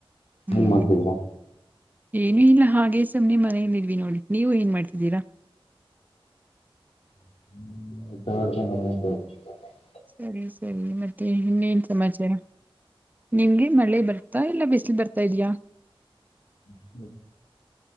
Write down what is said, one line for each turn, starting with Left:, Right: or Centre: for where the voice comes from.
Right: ಹ್ಮ್
Left: ಎನ್ ಮಾಡ್ತಿದೀರಾ.
Right: ಏನು ಇಲ್ಲ ಹಾಗೆ ಸುಮ್ನೆ ಮನಲ್ಲಿದ್ವಿ ನೋಡಿ ನೀವು ಏನ್ ಮಾಡ್ತಿದ್ದೀರಾ.
Left: ಹ್ಮ್ <unintelligible>
Right: ಸರಿ ಸರಿ ಮತ್ ತ್ತೆ ಇನ್ನೇನ್ ಸಮಾಚಾರ ನಿಮಗೇ ಮಳೆ ಬರ್ ತಾ ಇಲ್ಲಾ ಬಿಸ್ಲ್ ಬರ್ತಾ ಇದ್ಯಾ.
Left: ಹ್ಮ್